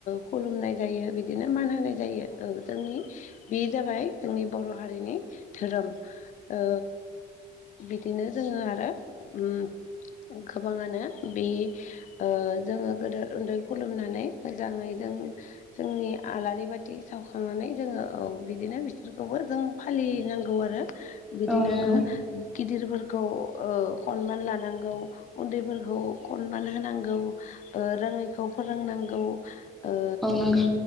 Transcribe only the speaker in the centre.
औ नंगौ
औ नंगौ